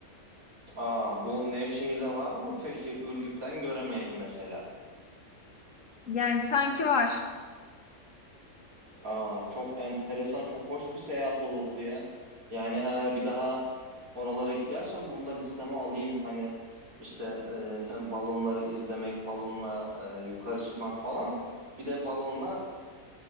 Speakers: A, on the right; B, on the left.
A: Aa, bu Nevşehir'de var mı peki Ürgüp'ten Göreme'ye mesela?
B: Yani sanki var.
A: Aa, çok enteresan, çok hoş bir seyahat olurdu ya. Yani eğer bir daha oralara gidersem bunu da listeme alayım. Hani işte e, <laughs> balonları izlemek, balonla e, yukarı çıkmak falan. Bir de balonla